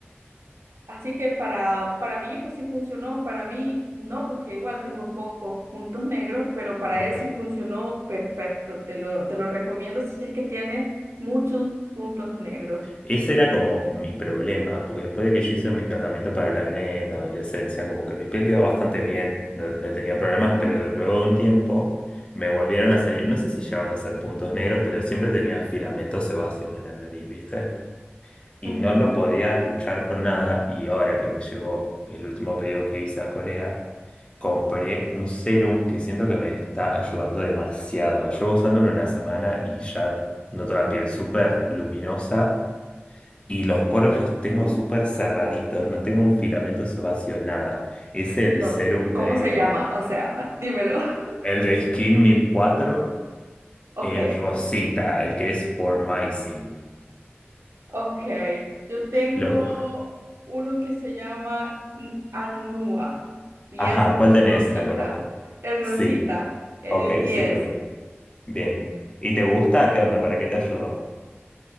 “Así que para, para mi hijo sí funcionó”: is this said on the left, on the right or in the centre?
Right